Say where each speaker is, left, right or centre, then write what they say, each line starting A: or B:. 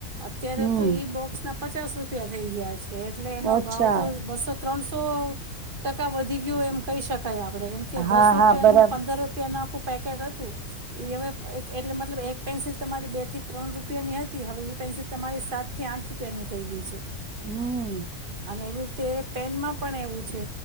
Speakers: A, on the right (about 35°); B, on the right (about 80°).
A: અત્યારે
B: હમ
A: તો એઈ બોક્સ ના પચાસ રૂપ <unintelligible> થઈ ગયા આજ કે એટલે એનો
B: ઓછા
A: ભાવ તો બસો ત્રણ સોં તો ટકા વધી ગયું એમ કહી શકાય કઈ આપણે કેમ કે
B: હા
A: દસ રૂપિયાનું
B: હા બરાબર
A: પંદર રૂપિયાનું આખુ પેકેટ હતું ઈ હવે એટલે મતલબ એક પેન્સિલ તમારી બે થી ત્રણ રૂપિયાની હતી હવે એ પેન્સિલ તમારી સાતથી આઠ રૂપિયાની થઈ ગઈ છે.
B: હમ્મ
A: અને એવી રીતે પેનમાં પણ એવું છે